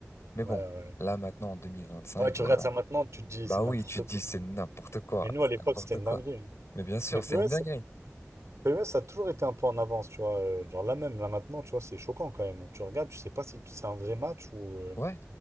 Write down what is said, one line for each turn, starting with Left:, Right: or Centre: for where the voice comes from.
Left: Mais
Right: Ouais,
Left: bon,
Right: ouais.
Left: là maintenant en 2025,
Right: Ouais, tu
Left: voilà.
Right: regardes ça maintenant, tu te dis
Left: Bah
Right: c'est
Left: oui,
Right: n'importe
Left: tu te dis
Right: quoi.
Left: c'est n'importe quoi,
Right: Mais nous,
Left: c'est
Right: à l'époque,
Left: n'importe
Right: c'était une
Left: quoi.
Right: dinguerie.
Left: Mais bien sûr,
Right: Mais
Left: c'est
Right: PES,
Left: une dinguerie.
Right: PES a toujours été un peu en avance, tu vois. euh, Genre là même, là maintenant, tu vois, c'est choquant quand même. Tu regardes, tu sais pas si tu- c'est un vrai match ou. euh,
Left: Ouais,